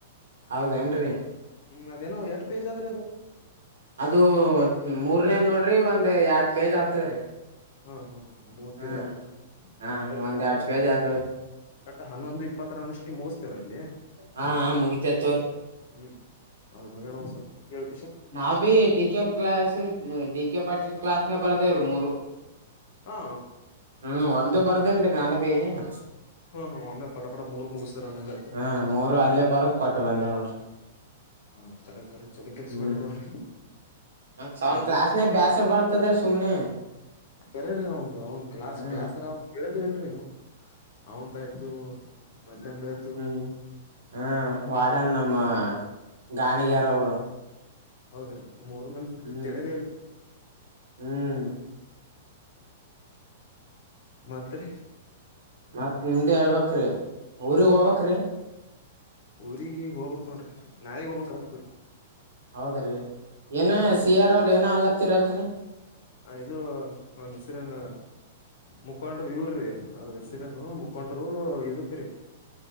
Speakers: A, on the right; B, on the left.
A: ಹೌದ ಏನ್ರಿ
B: ಹ್ಮ ಅದೇನೋ ಎಷ್ಟು ಪೇಜ್ ಆದ್ರ ಅದು
A: ಅದು ಮೂರ್ನೇದ ನೋಡ್ರಿ ಒಂದ್ ಎರಡ್ ಪೇಜ್ ಆಗ್ತದ್ರೀ
B: ಹಾ ಹಾ ಹಾ ಮೂರ್
A: ಹ್ಮ
B: ಪೇಜ್ ಆತ ಹತ್ತರ
A: ಹ ಒಂದ್ ಎರಡು ಪೇಜಿ ಆತದ
B: ಬಟ್ ಹನ್ನೊಂದು ಇಪ್ಪತ್ತರ ಅನಷ್ಟಿ ಮುಗಿಸ್ತೇವ್ರ ಇಲ್ಲಿ
A: ಹಾ ಹಾ ಮುಗಿತ ತೋರಿ
B: ಹೂ ಅದು ಮುಗಿಯನ ಸ್ವಲ್ಪ ಕೇಳು
A: ನಾ B D K class D K Patil class ಮ ಬರ್ದವ್ರು ಮೂರು
B: ಹಾ
A: ಹ್ಮ್ ಒಂದು ಬರ್ದಲ್ರಿ ನಾನು ಪೇಜ್
B: ಹಾ ಹಾ ಒಮ್ಮೆ ಪಟ ಪಟ ಮೂರ್ ಮುಗಿಸ್ತಾರ ನಂಗೈತ್ರಿ
A: ಹಾ ಮೂರು ಅಲ್ಲೇ ಬರದು ಕೊಟ್ಟ ಬಂದೆ ನೋಡ್ರಿ
B: ಹಾ ಕರೆ ಕರೆ ಚಲೋ ಕೆಲ್ಸ
A: ಹ್ಮ್
B: ಮಾಡಿ ನೋಡ್ರಿ
A: ಮ ಸೌನ್
B: ಮತ್ರಿ
A: ಕ್ಲಾಸ್ನ ಬ್ಯಾಸರ್ ಬರ್ತದ್ರೀ ಸುಮ್ನೆ
B: ಕೆರೆರಿ ನೊ ನೌನ ಕ್ಲಾಸ್
A: ಹ್ಮ್
B: ಬ್ಯಾಸರ ಆಗತದ ತಿಳಿಯದೆ ಇಲ್ಲರಿ ಏನು ಅವಂದಾಯ್ತು ಮದ್ಲಂದಾಯ್ತು
A: ಹ್ಮ್ ಹ್ ವಾಡನ್ನ ಮ್ಮ ಗಾಣಿಗಾರ ಅವರು
B: ಹೌದ್ರಿ ಮೂರು ಮಂದಿದು
A: ಹ್ಮ್
B: ತಿಳದೇ ಇಲ್ಲ
A: ಹ್ಮ್
B: ಮತ್ತರಿ
A: ಮತ್ ನಿಮ್ದೆ ಹೇಳ್ಬಕ್ರಿ ಊರಿಗ್ ಹೋಗ್ಬಕ್ರಿ
B: ಊರಿಗ ಹೋಗ್ಬಕ್ ನೋಡ್ರಿ ನಾಳಿಗಿ ಹೋಗಬಕ್ ಆತದ್ರಿ
A: ಹೌದ್ರಿ ಏನ ಸಿ ಆರ್ ಅವ್ರ ಏನ ಅಲತ್ತದಿದ್ರಲ್ರಿ
B: ಆ ಇದು ಅವನ್ ಹೆಸರನು ಮುಖಂಡರು ಇವರ್ರಿ ಅವ್ರ ಹೆಸರನು ಮು ಹಕೊಂಡರು ಇದಕ್ಕ್ರೀ